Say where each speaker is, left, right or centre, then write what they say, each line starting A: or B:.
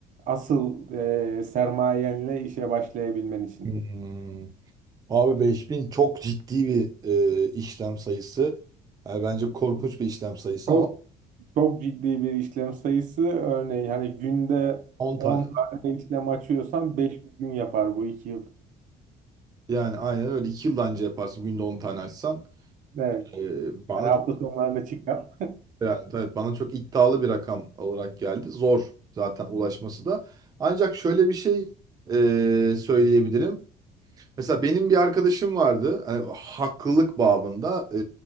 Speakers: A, on the right; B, on the right.
A: Asıl e, sermayenle işe başlayabilmen için.
B: Hmm. Abi 5000 çok ciddi bir e, işlem sayısı. Yani bence korkunç bir işlem sayısı
A: Çok
B: ama
A: çok ciddi bir işlem sayısı. Örneğin hani günde
B: 10
A: 10
B: tane.
A: tane işlem açıyorsan 5 gün yapar bu 2 yıl.
B: Yani aynen öyle. iki yıl da anca yaparsın günde 10 tane açsan.
A: Evet.
B: Ee, bana
A: Hani hafta
B: çok
A: sonlarında çıkar.
B: yani, tabii bana çok iddialı bir rakam olarak geldi. Zor zaten ulaşması da. Ancak şöyle bir şey e, söyleyebilirim. Mesela benim bir arkadaşım vardı. Hani haklılık babında. Ee,